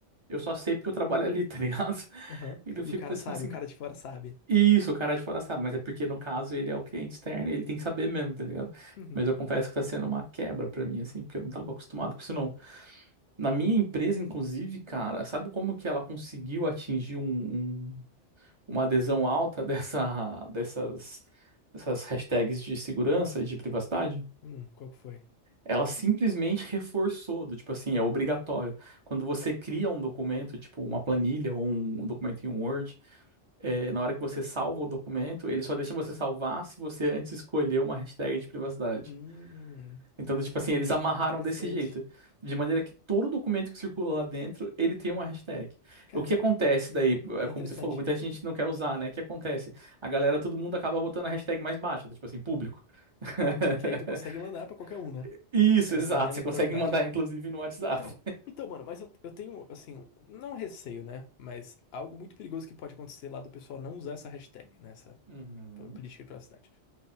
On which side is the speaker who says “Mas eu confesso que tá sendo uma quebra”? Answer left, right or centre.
Right